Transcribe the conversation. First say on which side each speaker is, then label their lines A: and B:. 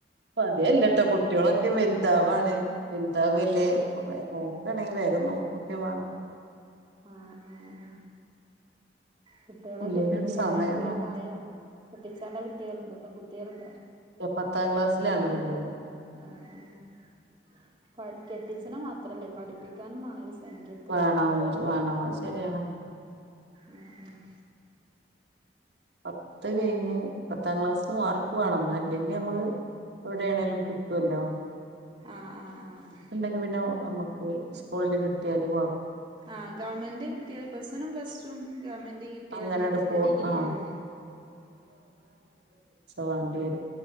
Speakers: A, on the right (about 70°); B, on the right (about 25°).
A: പതിയെല്ലട്ടോ കുട്ടികളൊക്കെ വെൽതാവാണ് വെൽതാവ് അല്ലേ
B: ആ
A: നോക്കയാണെങ്കിൽ വേഗം നോക്കൂക്കെ വാണം
B: ആഹ് ആഹ് ആഹ് കുട്ടികളെ
A: വല്യോനൊരു
B: കെട്ടിച്ചാനൊക്കെെയള്ള
A: സമയം വേണം
B: പ്രായം കുട്ടി ചെല കുട്ടികളുണ്ട് പെൺകുട്ടികളുണ്ടോ
A: പത്താം ക്ലാസ്സിലണോ വല്യായാള്
B: ആഹ ആ കുട്ട <unintelligible> പ്രഹസനം മാത്രമല്ലേ പഠിപ്പിക്കാനും വേണം - എങ്കപ്പ
A: വേണം വേണം അത്
B: ഉ
A: ശരിയാണ്
B: ആ ഉ
A: പത്ത് കഴിഞ്ഞ് പത്താം ക്ലാസ് മാർക്ക് വേണംന്നാ അല്ലെങ്കിൽ നമ്മള് എവിടെയാണേങ്കലും കിട്ടുവല്ലോ
B: ആഹ് ആഹ് ആഹ് ആഹ്
A: ഇണ്ടെങ്കി പിന്നെ അമ്മക്ക് സ്കൂളിൽ കിട്ടിയാലല്
B: ആഹ് ഗവൺമെന്റ് കിട്ടിയല് ബസനും ഫസ്റ്റും ഗവണ്മെന്റ് കിട്ടിയാല്
A: അങ്ങനെട്
B: പിന്നെ
A: പോ
B: ഡിഗ്രില്ലേ
A: ആ വാണ്ടര്